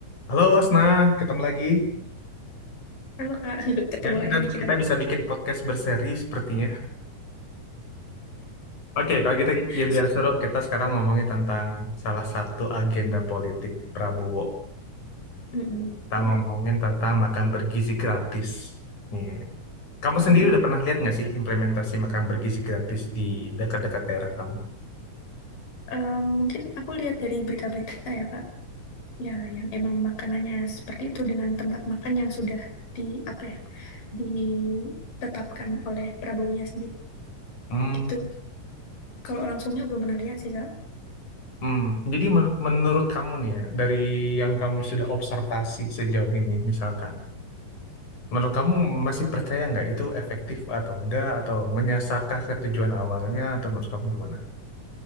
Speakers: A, on the left; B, on the left.
A: Halo Wasna, ketemu lagi.
B: Halo Kak, <laughs> ketemu
A: Ya, kita
B: lagi nih kita.
A: kita bisa bikin podcast berseri sepertinya. Oke, kalau kita ya
B: Sebelum.
A: biar seru kita sekarang ngomongin tentang salah satu agenda politik Prabowo.
B: Mm-mm,
A: Kita
B: boleh.
A: ngomongin tentang makan bergizi gratis. Nih, kamu
B: Mm-mm.
A: sendiri udah pernah lihat nggak sih implementasi makan bergizi gratis di dekat-dekat daerah kamu?
B: Eh, mungkin aku lihat dari berita-berita ya Kak, ya yang emang makanannya seperti itu dengan tempat makan yang sudah di apa ya ditetapkan oleh Prabowo-nya sendiri.
A: Hmm,
B: Gitu. Kalau langsungnya belum pernah lihat sih Kak.
A: hmm. Jadi men- menurut kamu nih ya, dari yang kamu sudah observasi sejauh ini misalkan, Menurut kamu masih percaya nggak itu efektif atau enggak atau menyasarkah ke tujuan awalnya atau menurut kamu gimana?